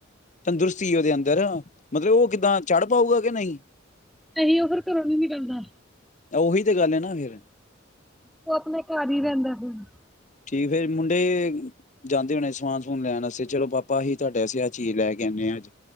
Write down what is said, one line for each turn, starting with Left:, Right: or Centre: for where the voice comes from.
Left: ਤੰਦਰੁਸਤੀ ਉਹਦੇ ਅੰਦਰ ਮਤਲਬ, ਉਹ ਕਿੱਦਾਂ ਚੜ ਪਾਊਗਾ। ਕਿ, ਨਹੀਂ।
Centre: ਅਸੀ ਉਹ ਫਿਰ ਘਰੋਂ ਨੀ ਨਿਕਲਦਾ।
Left: ਉਹ ਹੀ ਤੇ ਗੱਲ ਹੈ ਨਾ ਫਿਰ।
Centre: ਉਹ ਆਪਣੇ ਘਰ ਹੀ ਰਹਿੰਦਾ, ਹੁਣ।
Left: ਠੀਕ, ਫਿਰ ਮੁੰਡੇ ਜਾਂਦੇ ਹੋਣੇ ਸਮਾਨ-ਸਮੂਨ ਲੈਣ ਵਾਸਤੇ ਚਲੋ, ਪਾਪਾ ਅਸੀਂ ਤੁਹਾਡੇ ਲਈ ਆਹ ਚੀਜ਼ ਲੈ ਕੇ ਆਂਦੇ ਹਾਂ, ਅੱਜ।